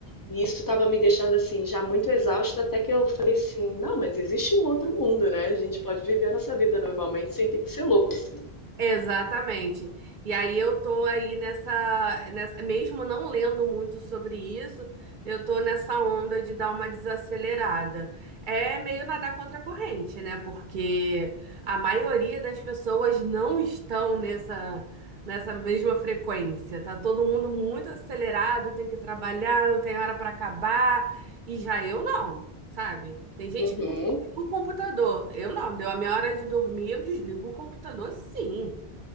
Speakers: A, on the left (about 30°); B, on the right (about 60°).
A: E isso estava me deixando assim, já muito exausta, até que eu falei assim: não, mas existe um outro mundo, né? A gente pode viver a nossa vida normalmente sem ter que ser louco assim.
B: Exatamente. E aí eu tô aí nessa, nessa, mesmo não lendo muito sobre isso, eu tô nessa onda de dar uma desacelerada. É meio nadar contra a corrente, né? Porque a maioria das pessoas não estão nessa, nessa mesma frequência. Tá todo mundo muito acelerado, tem que trabalhar, não tem hora para acabar, e já eu não. Sabe? Tem gente
A: Uhum.
B: que desliga o computador. Eu não, deu a minha hora de dormir, eu desligo o computador, sim.